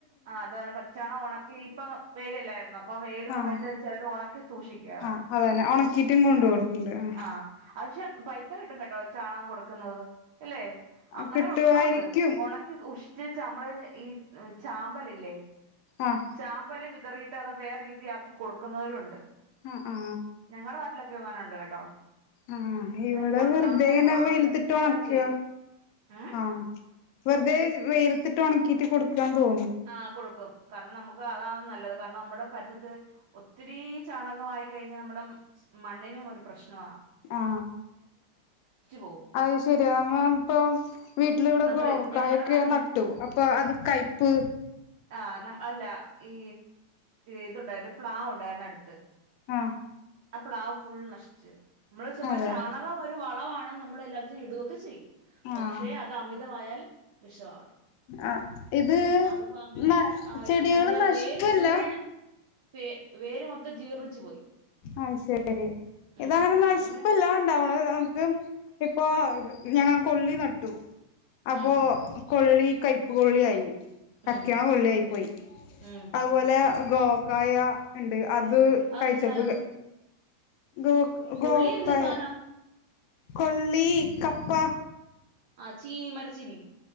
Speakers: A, on the right; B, on the left.
A: ആ അതാണ് പച്ചാണ് ഉണക്കി ഇപ്പൊ വെയിലല്ലായിരുന്നോ അപ്പൊ വെയില് സമയത്ത്
B: ആഹ്
A: ചിലർ ഉണക്കി സൂക്ഷിക്കാറുണ്ട്
B: ആഹ് അതന്നെ ഒണക്കീറ്റും കൊണ്ട്
A: ആ
B: കൊടുക്കണ്ട് ആഹ്
A: ആ അത്ക്ഷെ.. പൈസ കിട്ടും കേട്ടോ ചാണകം കൊടുക്കുന്നത് അല്ലെ
B: ആഹ്
A: അങ്ങനെ
B: കിട്ടുവായിരിക്കും
A: കൊടുക്കുന്നൊണ്ട് ഒണക്കി സൂക്ഷി <unintelligible> ചാമ്പല് ഇല്ലേ
B: ആഹ്
A: ചാമ്പല് വി റിയിട്ടാതെ വേറെ രീതി ആക്കി കൊടുക്കുന്നവരുണ്ട്
B: അ ആ
A: ഞങ്ങടെ നാട്ടിലൊക്കെ അങ്ങനുണ്ട് കേട്ടോ
B: ആ
A: അങ്ങനെ
B: ഇവിടെ
A: കൊടു
B: വെറുതെനെ
A: ആൾക്കാര് വാങ്ങുന്ന
B: വെയിലത്തിട്ട്
A: കൃഷിക്കാര്
B: ഒണക്കിയ
A: ചെയ്യും ഉം
B: ആ വെറുതെ വെയിലത്തിട്ട് ഒണക്കീട്ട് കൊടുക്കാന്ന്‌ തോ
A: ആ കൊടുക്കും കാരണം നമുക്ക് അതാ നല്ലത് കാരണം നമ്മുടെ പരിസരത്ത് ഒത്തിരീ ചാണകമായി കഴിഞ്ഞാൽ നമ്മുടെ മ മണ്ണിനും ഒരു പ്രശ്നാ
B: ആ
A: പോവും
B: അയ് ശെരിയാ നമ്മള് ഇപ്പം വീട്ടിലിവിടെ
A: നമ്മള്
B: ഗോവക്കായ
A: ഞങ്ങടെ
B: ക്കെ
A: നാ
B: നട്ടു അപ്പൊ അത് കയ്പ്പ്
A: ആ നമ് അല്ല ഈ ഇതുണ്ട് ഒരു പ്ലാവ് ഉണ്ടായിരുന്നു അടുത്ത്
B: ആ
A: അ പ്ലാവ് ഫുൾ നശിച്ച് നമ്മള് <unintelligible>
B: അതെ
A: ഷാണകം ഒരു വളവാണ് ഇന്നാ നമ്മള് എല്ലാ <unintelligible> ഒക്കെ ചെയ്യും പക്ഷെ
B: ആഹ്
A: അത് അമിതമായാൽ വിഷവാ.
B: ആ ഇത്
A: അത്പ്പോ അങ്ങനെ
B: ന
A: ആ
B: ചെടികള്
A: അതിന്റെ ആ
B: നശിക്കല്ല
A: വേര് ഫുൾ വേ വേര് മൊത്തം ജീർണിച്ചു പോയി
B: അത് ശരി
A: ഉം
B: ഇതങ്ങനെ നശിപ്പല്ല
A: അങ്ങനെ
B: ഉണ്ടാവണ നമുക്ക് ഇപ്പൊ ഞങ്ങ കൊള്ളി നട്ടു. അപ്പോ
A: ഉം
B: കൊള്ളി കൈയ്പ്പു കൊള്ളിയായി. യ്ക്കിണ
A: ഉം
B: കൊള്ളിയായി പോയി
A: ഉം
B: അതുപോലെ ഗോക്കായ ഉണ്ട്. അത്
A: അതെന്ത്
B: കഴിച്ചപ്പോൾ
A: സാനം
B: ഗോ
A: കൊള്ളി
B: ഗോക്കായ
A: എന്ത് സാനാ
B: കൊള്ളി കപ്പ
A: ആ ചീനി മരച്ചീനി